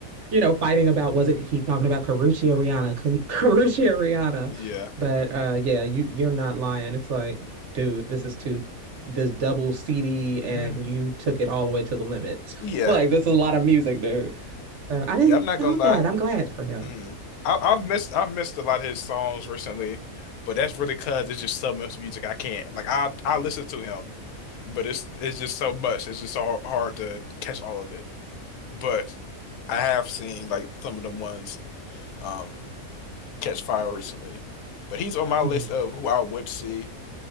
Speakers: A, on the right; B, on the left.
A: you know, fighting about was it he talking about Carucci or Rihanna? Ca- <laughs> or Rihanna?
B: Yeah.
A: But uh, yeah, you you're not lying. It's like, dude, this is too this double CD, and
B: hmm
A: you took it all the way to the limit. <laughs>
B: Yeah.
A: Like this is a lot of music, dude. So I didn't
B: Yeah. I'm not
A: know
B: gonna lie.
A: that. I'm glad for him.
B: Mm. I, I've missed I've missed a lot of his songs recently, but that's really 'cause it's just so much music I can't like I I listen to him, but it's it's just so much it's just so hard to catch all of it. But I have seen like some of the ones um catch fire recently, but he's on my
A: Mm,
B: list of who I would see.